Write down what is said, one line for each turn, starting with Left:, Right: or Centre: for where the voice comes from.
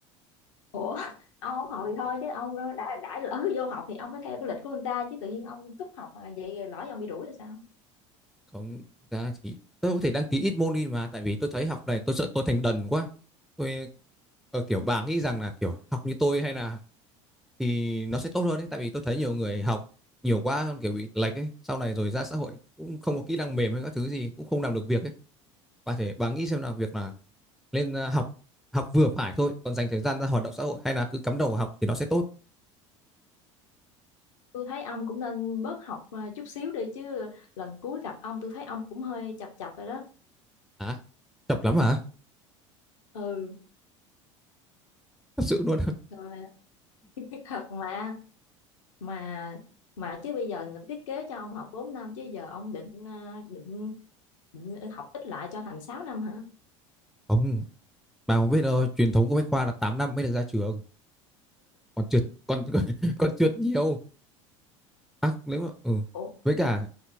Left: ủa ông không học thì thôi chứ ông đã đã lỡ vô học thì ông phải theo cái lịch của người ta chứ tự nhiên ông cúp học mà vậy rồi lỡ ông bị đuổi rồi sao
Centre: không ra thì tôi có thể đăng ký ít môn đi mà tại vì tôi thấy học này tôi sợ tôi thành đần quá tôi ờ, kiểu bà nghĩ rằng là kiểu học như tôi hay là thì nó sẽ tốt hơn ấy tại vì tôi thấy nhiều người học nhiều quá kiểu bị lệch ấy sau này rồi ra xã hội cũng không có kỹ năng mềm hay các thứ gì cũng không làm được việc ấy bà thể bà nghĩ xem là việc là nên ờ, học học vừa phải thôi còn dành thời gian ra hoạt động xã hội hay là cứ cắm đầu vào học thì nó sẽ tốt
Left: tôi thấy ông cũng nên bớt học à, chút xíu đi chứ lần cuối gặp ông tôi thấy ông cũng hơi chập chập rồi đó
Centre: hả chọc lắm hả
Left: ừ
Centre: thật sự luôn
Left: rồi <laughs> thật mà mà mà chứ bây giờ người ta thiết kế cho ông học 4 năm chứ giờ ông định à, định, định học ít lại cho thành 6 năm hả
Centre: không Bà không biết đâu, truyền thống của Bách Khoa là 8 năm mới được ra trường. Còn trượt còn <laughs> còn trượt nhiều. À, nếu mà ừ.
Left: ủa
Centre: Với cả